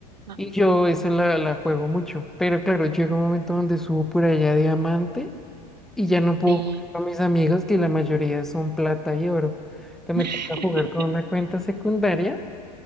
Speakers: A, on the right; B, in the centre.
A: Ajá,
B: Y yo eso la, la juego mucho, pero claro, llega un momento donde subo por allá diamante y ya no puedo
A: sí,
B: jugar con mis amigos que la mayoría son plata y oro. Entonces
A: <laughs>
B: me toca jugar con una cuenta secundaria